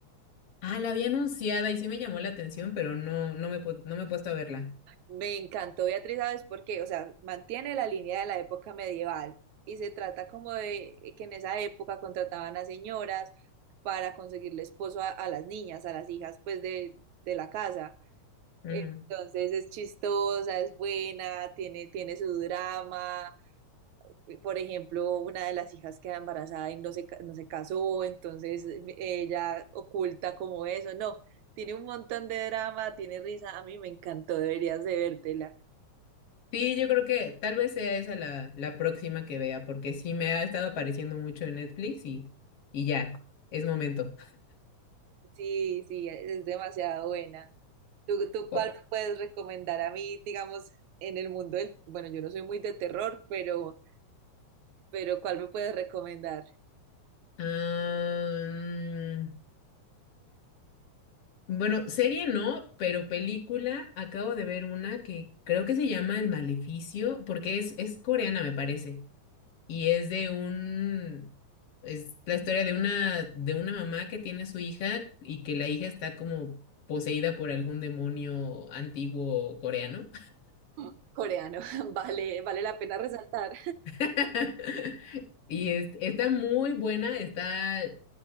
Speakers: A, on the left; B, on the right.
A: Ah, la había anunciada y sí me llamó la atención, pero no, no me, pu- no me he puesto a verla.
B: Me encantó Beatriz, ¿sabes por qué? O sea, mantiene la línea de la época medieval y se trata como de que en esa época contrataban a señoras para conseguirle esposo a, a las niñas, a las hijas, pues de, de la casa.
A: Ujú.
B: Entonces es chistosa, es buena, tiene, tiene su drama. Por ejemplo, una de las hijas queda embarazada y no se, ca- no se casó, entonces ella oculta como eso. No, tiene un montón de drama, tiene risa. A mí me encantó, deberías de vértela.
A: Sí, yo creo que tal vez sea esa la, la próxima que vea, porque sí me ha estado apareciendo mucho en Netflix y, y ya, es momento.
B: Sí, sí, es demasiado buena. ¿Tú, tú cuál
A: O-
B: me puedes recomendar a mí, digamos, en el mundo del... Bueno, yo no soy muy de terror, pero, pero ¿cuál me puedes recomendar?
A: Am, bueno, serie no, pero película, acabo de ver una que creo que se llama El Maleficio, porque es, es coreana, me parece. y es de un, es la historia de una, de una mamá que tiene a su hija y que la hija está como poseída por algún demonio antiguo coreano.
B: Mm, Coreano, <laughs> vale, vale la pena resaltar.
A: <laughs> Y es- está muy buena, está...